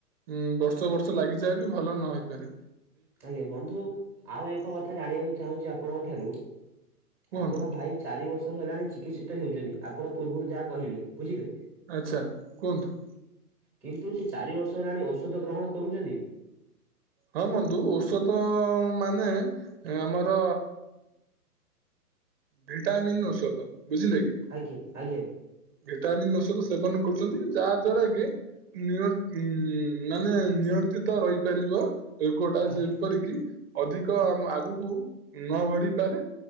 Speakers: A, on the right; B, in the centre.
A: ଉଁ ବର୍ଷ ବର୍ଷ ଲାଗିଯାଏ ବି ଭଲ ନହେଇପାରେ।
B: ଆଜ୍ଞା ବନ୍ଧୁ ଆଉ ଏକ କଥା ଜାଣିବାକୁ ଚାହୁଁଛିୁ ଆପଣଙ୍କ ଠାରୁ
A: କୁହନ୍ତୁ
B: ଆପଣ ଭାଇ ଚାରି ବର୍ଷ ହେଲାଣି ଚିକିତ୍ସିତ ହେଉଛନ୍ତି ଆପଣ ପୂର୍ବୁରୁ ଯାହା କହିଲେ ବୁଝିଲେ।
A: ଆଛା କୁହନ୍ତୁ।
B: କିନ୍ତୁ ସେ ଚାରି ବର୍ଷ ହେଲାଣି ଔଷଧ ଗ୍ରହଣ କରୁଛନ୍ତି?
A: ହଁ ବନ୍ଧୁ ଔଷଧ ମାନେ ଆମର ଭିଟାମିନ୍ ଔଷଧ, ବୁଝିଲେ କି?
B: ଆଜ୍ଞା ଆଜ୍ଞା <inaudible>
A: ଭିଟାମିନ ଔଷଧ ସେବନ କରୁଛନ୍ତି, ଯାହା ଦ୍ଵାରା କି ନି ଉ <unintelligible> ମାନେ ନିୟନ୍ତିତ ରହିପାରିବ। ରୋଗ ଟା
B: ଆଜ୍ଞା
A: ଯେପରିକି ଅଧିକ ଆଗକୁ ନ ବଢିପାରେ